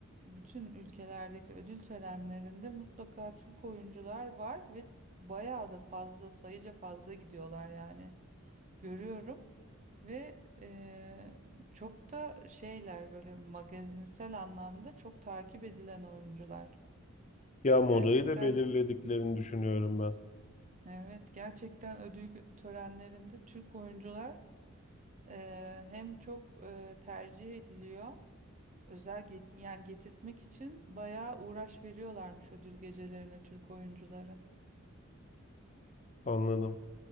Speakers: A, on the right; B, on the left.
A: bütün ülkelerdeki ödül törenlerinde mutlaka Türk oyuncular var ve bayağı da fazla sayıca fazla gidiyorlar yani görüyorum ve eee, çok da şeyler böyle magazinsel anlamda çok takip edilen oyuncular.
B: Ya modayı
A: Gerçekten
B: da belirlediklerini düşünüyorum ben.
A: evet gerçekten ödül törenlerinde Türk oyuncular eee, hem çok eee, tercih ediliyor. Özel get yani getirtmek için bayağı uğraş veriyorlarmış ödül gecelerine Türk oyuncuları,
B: Anladım.